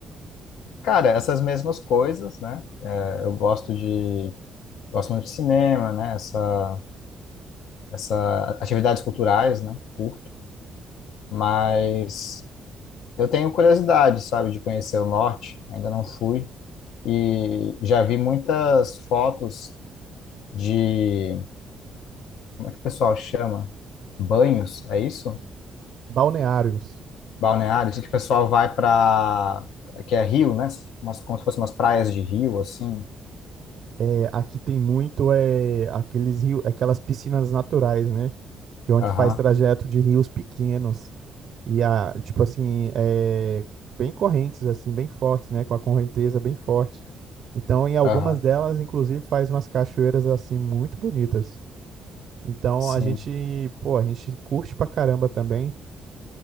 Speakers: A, on the left; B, on the right.
A: Cara, essas mesmas coisas, né? Eu gosto de, gosto muito de cinema, né? Essa, essa atividades culturais, né? Curto, mas eu tenho curiosidade, sabe, de conhecer o norte. Ainda não fui e já vi muitas fotos de, como é que o pessoal chama? Banhos, é isso?
B: Balneários.
A: Balneários, que o pessoal vai para, que é rio, né? Umas, como se fossem umas praias de rio, assim.
B: É, aqui tem muito é, aqueles rios, aquelas piscinas naturais, né? Que é onde
A: Aham,
B: faz trajeto de rios pequenos e a, tipo assim, é, bem correntes assim, bem fortes, né? Com a correnteza bem forte. Então, em algumas
A: aham,
B: delas, inclusive, faz umas cachoeiras assim muito bonitas. Então,
A: sim,
B: a gente, pô, a gente curte pra caramba também,